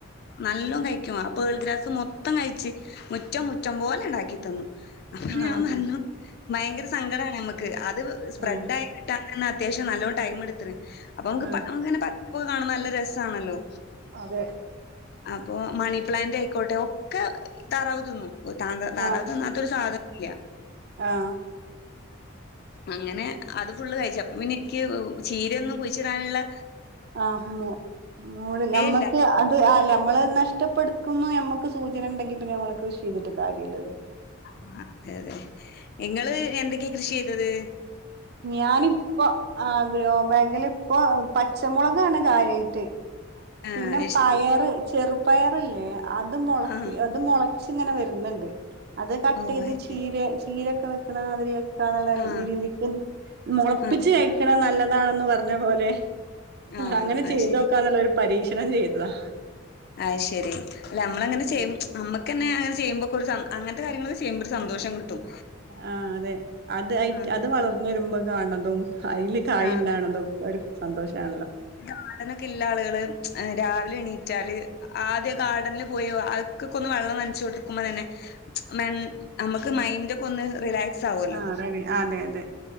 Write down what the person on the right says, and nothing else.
ആഹ്
ആഹ്
ആഹ്
അതെ
ആഹ്
ആഹ്
ആഹ് മോ മോളിൽ ഞമ്മക്ക്
അഹ് ആഹ് അല്ല ഞമ്മള് നഷ്ടപ്പെടുക്കുംന്ന് ഞമ്മക്ക് സൂചനണ്ടെങ്കി പിന്നെ ഞമ്മള് കൃഷീതിട്ട് കാര്യല്ല്യല്ലോ
ഞാനിപ്പോ ആ ഗ്രോബാഗിലിപ്പോ പച്ചമൊളകാണ് കാര്യായിട്ട്
പിന്നെ
പയറ്
ചെറുപയറില്ലേ? അത് മൊളപ്പി
അത് മൊള ച്ച്ങ്ങനെ വര്ന്നുണ്ട്. അത് കട്ടീത്
ചീരെ
ചീരൊക്കെ വെക്കണ മാതിരി <unintelligible> നല്ല
രീതിക്ക് മൊളപ്പിച്ച്
കയിക്കണ നല്ലതാണെന്ന് പറഞ്ഞ പോലെ
അങ്ങനെ
ചെയ്തോക്കാനൊള്ളൊരു
പരീക്ഷണം ചെയ്തതാ
അപ്പൊ
ആഹ് അതെ. അത് ആയിട്ട്
അത് വളർന്ന് വരുമ്പോ കാണണതും അയില് കായ്
ഉണ്ടാവണതൊക്കെ ഒരു സന്തോഷാണല്ലോ
ആഹ് റെഡി അതെ അതെ